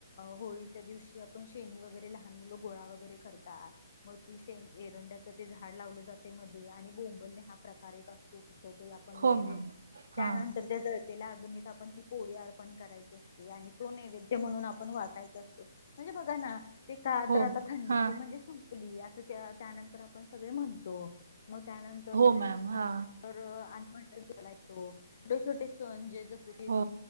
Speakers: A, on the left; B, on the right.
A: होळीच्या दिवशी आपण शेनी वगैरे लहान मुलं गोळा वगैरे करतात. मग ती शे एरंडाचे ते झाड लावले जाते मधे आणि बोंबलने हा प्रकार अ त तिथ ते आपण
B: हो
A: म्हणजे
B: मॅम हा
A: त्यानंतर त्या जळलेल्या अग्नीत आपण ती पोळी अर्पण करायची. असते, आणि तो नैवेद्य म्हणून आपण वाटायच असतो. म्हणजे बघा ना ते का?
B: हो
A: तर आता थंडी
B: हा
A: म्हणजे संपली असं त्यानंतर. आपण सगळे म्हणतो. म त्यानंतर
B: हो मॅम हा
A: आणि <unintelligible> म्हणजे जसं की
B: हो